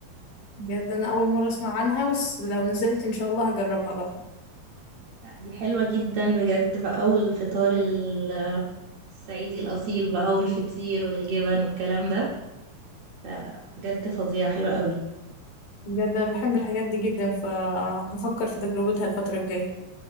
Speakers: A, on the left; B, on the right.
A: بجد انا اول مره اسمع عنها بس لو نزلت ان شاء الله هجربها بقى
B: لا، دي حلوة جدا بجد بقى والفطار ال- الصعيدي الأصيل بقى والفطير والجبن والكلام ده لا، بجد فظيعة حلوة قوي
A: بجد انا بحب الحاجات دي جدا فهفكر في تجربتها الفتره الجايه